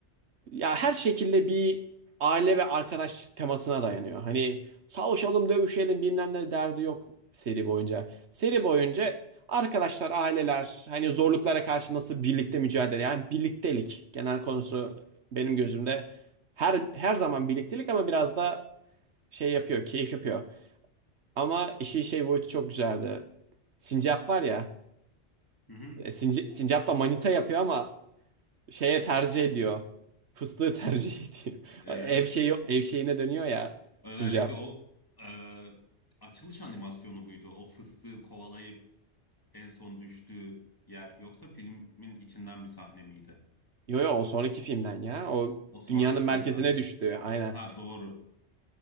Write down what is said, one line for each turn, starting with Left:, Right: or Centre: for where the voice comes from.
Right: ya her şekilde bir aile ve arkadaş temasına dayanıyor. Hani savaşalım, dövüşelim bilmem ne derdi yok seri boyunca. Seri boyunca arkadaşlar, aileler hani zorluklara karşı nasıl birlikte mücadele yani birliktelik genel konusu benim gözümde her her zaman birliktelik ama biraz da şey yapıyor, keyif yapıyor. Ama işin şey boyutu çok güzeldi. Sincap var ya.
Left: Hı hı.
Right: e, Sinca- Sincap da manita yapıyor ama şeye tercih ediyor. Fıstığı tercih ediyor.
Left: Evet.
Right: <laughs> Ev şeyi ev şeyine dönüyor ya
Left: Özellikle
Right: Sincap.
Left: o e, açılış animasyonu buydu. O fıstığı kovalayıp en son düştüğü yer. Yoksa filmin içinden bir sahne miydi?
Right: Yo yo o sonraki filmden ya. O
Left: O sonraki
Right: dünyanın merkezine
Left: filmden mi?
Right: düştü. Aynen.
Left: Ha doğru.